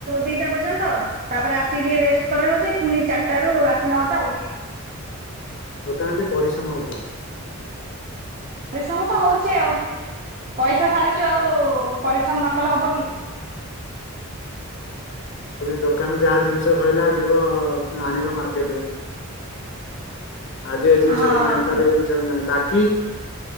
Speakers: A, on the right; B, on the left.
A: ଦିଟା ପର୍ଯ୍ୟନ୍ତ ତାପରେ ଆସିକି ଟିକେ ରେଷ୍ଟ କରାାଉଉଛି ପୁଣି ଚାରିଟାରୁ ରାତି ନଅଟା ଆ
B: ଦୋକାନ ଟିକେ ପରିଶ୍ରମ ହଉଛ।
A: ପରିଶ୍ରମ ତ ହଉଛି ଆଉ ପଇସା ସାରିଛୁ ଆଉ ପରିଶ୍ରମ ନ କଲେ ହବ କି
B: ପୁଣି ଦୋକାନ ଯାହା ଜିନିଷ ସରିଲା ଯିବ ଆଣିବ ମାର୍କେଟରେ ଆଜି ଏ ଜିନିଷ
A: ହଁ।
B: ଟା ନାାଇଁ କାଲି ଏ ଜିନିଷଟା ନାହିଁ ବାକି